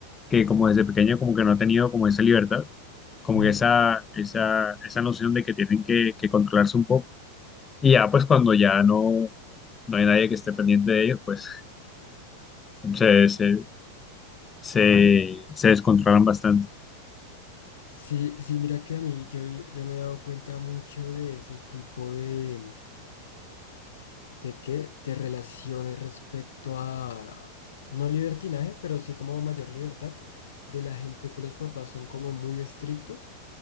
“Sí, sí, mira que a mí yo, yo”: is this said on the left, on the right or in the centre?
Left